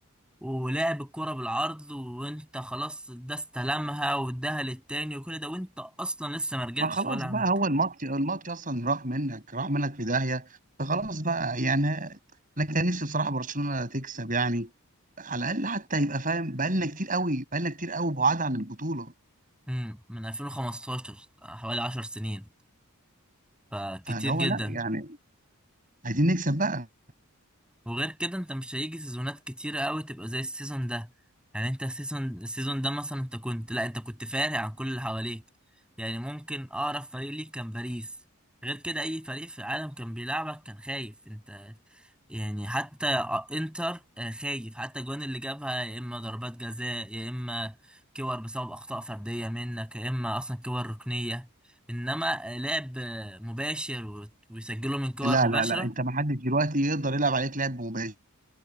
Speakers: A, in the centre; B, on the right.
A: ولعب الكوره بالعرض وانت خلاص ده استلمها واداها للتاني وكل ده وانت اصلا لسه ما رجعتش
B: ما خلاص
A: ولا عملت
B: بقى هو الماتش الماتش اصلا راح منك راح منك في داهيه فخلاص بقى يعني انا كان نفسي بصراحه برشلونه تكسب يعني على الاقل حتى يبقى فاهم بقالنا كتير قوي بقالنا كتير قوي بعاد عن البطوله
A: مم، من 2015 حوالي 10 سنين فكتير
B: فاللي هو
A: جدا
B: لا يعني عايزين نكسب بقى
A: وغير كده انت مش هيجي سيزونات كتيرة قوي تبقى زي السيزون ده يعني انت السيزون السيزون ده مثلا انت كنت لا انت كنت فارق عن كل اللي حواليك يعني ممكن اقرب فريق ليك كان باريس غير كده اي فريق في العالم كان بيلعبك كان خايف انت يعني حتى انتر آه، خايف حتى الجوان اللي جابها يا اما ضربات جزاء يا اما كور بسبب اخطاء فرديه منك يا اما اصلا كور ركنيه انما آه، لعب آه، مباشر وت- ويسجلوا من كور
B: لا
A: مباشره
B: لا لا انت ما حدش دلوقتي يقدر يلعب عليك لعب مباشر